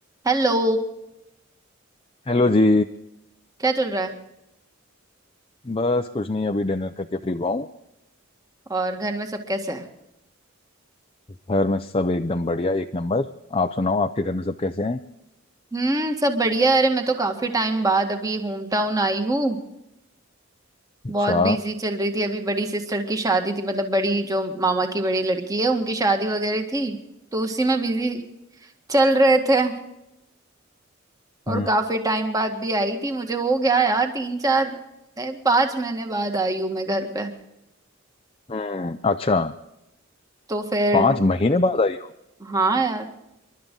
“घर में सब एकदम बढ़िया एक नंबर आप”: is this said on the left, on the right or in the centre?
Left